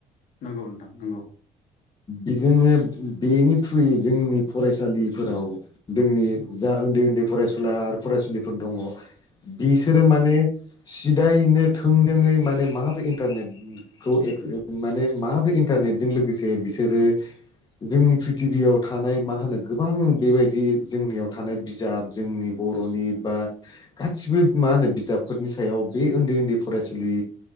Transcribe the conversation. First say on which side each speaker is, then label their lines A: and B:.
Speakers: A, on the left; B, on the left.
A: नंगौ नोंथां नंगौ।
B: जोङो बेनि थ्रुयै जोंनि फरायसालिफोराव जोंनि जा ओन्दै ओन्दै फरायसुला आरो फरायसुलिफोर दङ बिसोरो
A: नंगौ
B: माने सिदायैनो थोंजोङै माने माब इन्टारनेटखौ माने माब्रोरै इन्टारनेटजों लोगोसे बिसोरो जोंनि प्रिथिबियाव थानाय मा होनो गोबां बेबायदि जोंनियाव थानाय बिजाब जोंनि बर'नि बा गासिबो मा होनो बिजाबफोरनि सायाव बे ओन्दै ओन्दै फरायसुलि